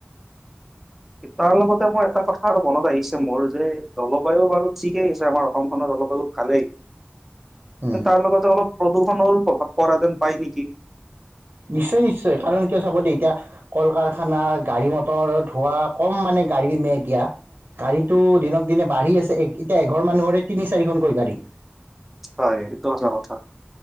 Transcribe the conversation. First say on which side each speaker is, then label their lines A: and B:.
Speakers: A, in the centre; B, on the right (about 50°).
A: তাৰ লগতে মই এটা কথা আৰু মনত আহিছে মোৰ যে জলবায়ু বাৰু ঠিকেই হৈছে আমাৰ অসমখনৰ। অলপ আগত খালেই। কিন্তু
B: উম
A: তাৰ লগতে অলপ প্ৰদূষণৰো প্ৰভাৱ পৰা যেন পায় নেকি।
B: নিশ্চয় নিশ্চয় কাৰণ কিয় চাব দেই এতিয়া কল কাৰখানা গাড়ী মটৰ ধোৱা কম মানে। গাড়ী নে এতিয়া। গাড়ীতো দিনক দিনে বাঢ়ি আছে এতিয়া এঘৰ মানুহৰে তিনি চাৰিখনকৈ গাড়ী।
A: হয় এইটো এটা কথা।